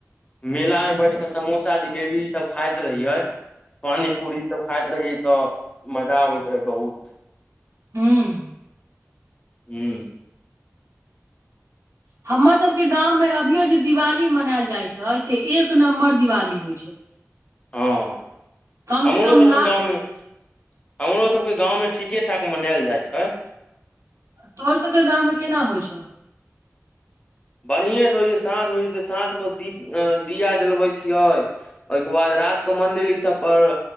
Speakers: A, on the left (about 25°); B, on the right (about 90°).
A: मेला मे बैठ क समोसा जिलेबी ई सब खाइत रहियै। पानी पूड़ी सब खाइत रहियै तऽ मजा आबैत रहे बहुत।
B: हूँ
A: ह्म।
B: हमर सबके गाँव में अभियो जे दिवाली मनाएल जाइ छै से एक नम्बर दिवाली होइ छै।
A: हँ
B: कम
A: हमरो
B: से कम
A: सब
B: लाख
A: के गाव मे। हमरो सबके गाँं में ठीके ठाक मनायल जाइ छै।
B: तोहर सके गामवमे केना होइ छौ।
A: बढ़िएँसँ जे साँझ होइ छै तऽ साँझ क दीप दिया जलबै छिएय। ओहिके बाद रात क मंन्दिरी सभ पर।